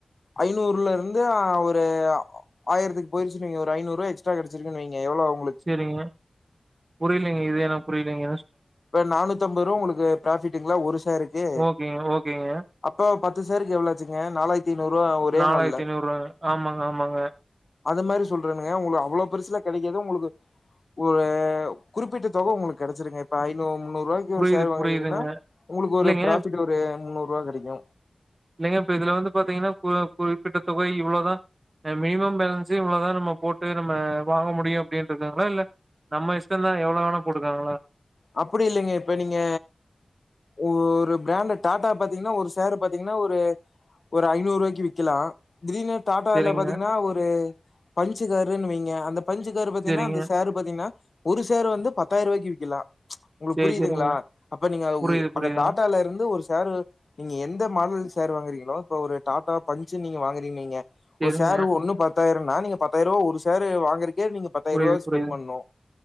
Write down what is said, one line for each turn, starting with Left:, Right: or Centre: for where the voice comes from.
Left: ஐநூர்லருந்து ஒரு ஆயிரத்துக்கு போயிருச்சு வைங்க ஒரு ஐநூரூவா எக்ஸ்ட்டா கெடச்சிருக்குனு வைங்க எவ்ளோ ஆவு
Right: சேரிங்க புரியலீங்க இது எனக்கு புரியலீங்க
Left: இப்ப நானூத்தஐம்பது ரூவா உங்ளுக்கு ப்ராஃபிட்டுங்ளா ஒரு ஷேருக்கு
Right: ஓகேங்க ஓகேங்க
Left: அப்ப பத்து ஷேருக்கு எவ்ளோ ஆச்சுங்க நாலாய்த்தைநூரூவா ஒரே
Right: நாலாயிரத்தி
Left: நாள்ல
Right: ஐநூறுவாங்க ஆமாங்க ஆமாங்க
Left: அது மாரி சொல்றனுங்க உங்களுக்கு அவ்ளோ பெருசுலா கெடைக்குது உங்களுக்கு ஒரு குறிப்பிட்ட தொக உங்களுக்கு கெடைச்சுருங்க இப்ப ஐநூ முன்னூறுவாய்க்கு
Right: புரியுது
Left: ஒரு ஷேர் வாங்கறீங்கன்னா
Right: புரியுதுங்க
Left: உங்ளுக்கு
Right: இல்லைங்க
Left: ஒரு ப்ராஃபிட் ஒரு முன்னூறுவா கெடைக்கு
Right: இல்லங்க இப்ப இதுல வந்து பாத்தீங்கனா கு குறிப்பிட்ட தொகை இவ்ளோதா அ மினிமம் பேலன்ஸே இவ்ளோதா நம்ம போட்டு நம்ம வாங்க முடியு அப்டினுருக்காங்களா இல்ல நம்ம இஷ்டோதா எவ்ளோ வேணால போட்டுக்கலாங்லா
Left: அப்படி இல்லங்க இப்ப நீங்க ஒரு பிராண்டு டாட்டா பாத்தீங்கன்னா ஒரு சேரு பாத்தீங்கன்னா ஒரு ஒரு ஐநூறு ரூவாய்க்கு விக்கலா திடீர்னு டாடாவெல்லா
Right: சேரிங்க
Left: பாத்தீங்கன்னா ஒரு பன்ச்சு காருன்னு வைங்க அந்த பன்ச்சு காரு பாத்தீங்கன்னா
Right: சேரிங்க
Left: அந்த ஷேரு பாத்தீங்கன்னா ஒரு ஷேரு வந்து பத்தாயிரவாய்க்கு விக்கலா உங்களுக்கு
Right: சேரி
Left: புரியுதுங்ளா
Right: சேரிங்க
Left: அப்ப நீங்க உ
Right: புரியுது புரியுதுங்க
Left: அந்த டாடால இருந்து ஒரு ஷேரு நீங்க எந்த மாடல் ஷேரு வாங்குறீங்ளோ இப்ப ஒரு டாடா பன்ச்சுன் நீங்க வாங்குறீங்கன்‌ வைங்க
Right: சேரிங்க
Left: ஒரு ஷேரு ஒண்ணு பத்தாயிரோனா நீங்க பத்தாயிரூவா ஒரு ஷேரு வாங்கறக்கே நீங்க பத்தாயிர
Right: புரியுது
Left: ரூபா
Right: புரியுது
Left: ஸ்பெண்ட் பண்ணணு